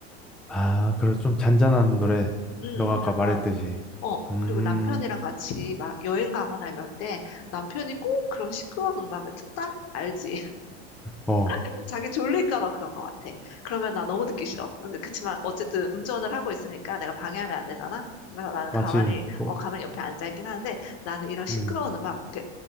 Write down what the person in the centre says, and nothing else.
아, 그래, 좀 잔잔한 노래.
너가
아까 말했듯이.
음,
어,
마치,
어,
음.